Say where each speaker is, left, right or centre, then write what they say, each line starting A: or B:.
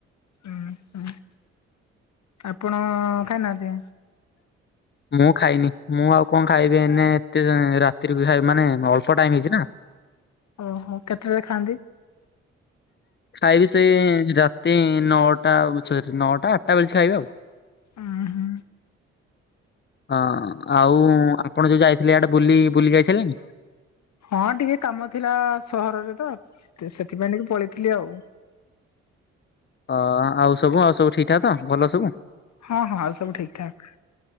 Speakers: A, on the left (about 55°); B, on the left (about 35°).
A: ହୁଁ ହୁଁ ଆପଣ ଖାଇନାହାନ୍ତି?
B: ମୁଁ ଖାଇନି ମୁଁ ଆଉ କଣ ଖାଇବି ଏଇନେ ଏତେ ରାତିରେ ଖାଇ ମାନେ ଅଳ୍ପ ଟାଇମ ହେଇଛି ନା।
A: ଓହୋ କେତେବେଳେ ଖାଆନ୍ତି?
B: ଖାଇବି ସେ ରାତି ନଅଟା <unintelligible> ନଅଟା ଆଟଟା ବେଳେ ଖାଇବି ଆଉ।
A: ଓ ହୋ।
B: ହଁ ଆଉ ଆପଣ ଯୋଉ ଯାଇଥିଲେ ଆଡେ ବୁଲି ବୁଲି ଯାଇ ସାରିଲଣିି।
A: ହଁ ଟିକେ କାମ ଥିଲା ସହରରେ ତ ସେଥିପାଇଁ ଟିକେ ପଳେଇଥିଲି ଆଉ।
B: ଅ ଆଉ ସବୁ ଆଉ ସବୁ ଠିକଠା ତ ଭଲ ସବୁ।
A: ହଁ ହଁ ଆଉ ସବୁ ଠିକ ଠାକ୍